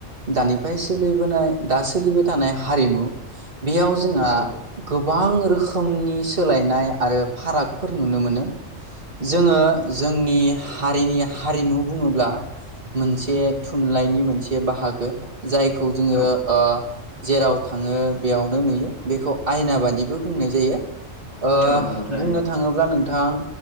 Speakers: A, on the right; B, on the left.
A: दानिफ्राय सोलिबोनाय दा सोलिबाय थानाय हारिमु बेयाव जोंहा
B: औ
A: गोबां रोखोमनि सोलायनाय आरो फारागफोर नुनो मोनो जोङो जोंनि हारिनि हारिमु बुङोब्ला मोनसे थुनलाइनि मोनसे बाहागो जायखौ जोङो
B: औ
A: ओ जेराव थाङो बेयावनो नुयो बेखौ आयना बादिबो बुंनाय जायो ओ
B: औ नंगौ थारैनो
A: बुंनो थाङोब्ला नोंथां